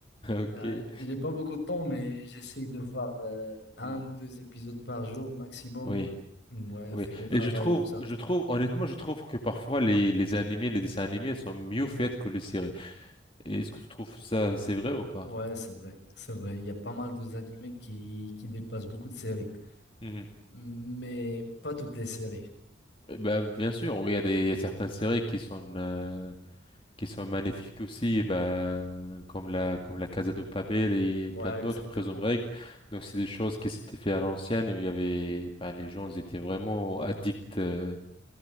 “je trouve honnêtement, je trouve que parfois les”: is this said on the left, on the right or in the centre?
Left